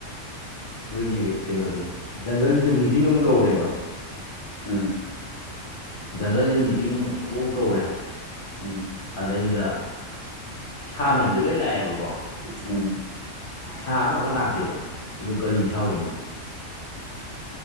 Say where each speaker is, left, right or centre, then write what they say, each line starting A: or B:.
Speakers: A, on the left; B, on the left.
A: ꯑꯩꯈꯣꯏꯒꯤ ꯀꯩꯅꯣꯁꯦ ꯖꯪꯒꯜꯁꯤꯗ ꯃꯤꯇꯤꯡ ꯑꯃ ꯀꯧꯔꯦꯕ
B: ꯎꯝ
A: ꯖꯪꯒꯜꯁꯤꯗ ꯃꯤꯇꯤꯡ ꯑꯆꯧꯕ ꯑꯃ ꯀꯧꯔꯦ
B: ꯎꯝ
A: ꯑꯗꯩꯗꯨꯗ ꯁꯥ ꯃꯌꯥꯝꯁꯦ ꯂꯣꯏ ꯂꯥꯛꯑꯦꯕꯀꯣ
B: ꯎꯝ
A: ꯁꯥ ꯑꯃꯈꯛ ꯂꯥꯛꯇꯦꯕ ꯑꯗꯨ ꯀꯔꯤ ꯁꯥ ꯑꯣꯏꯏꯅꯤ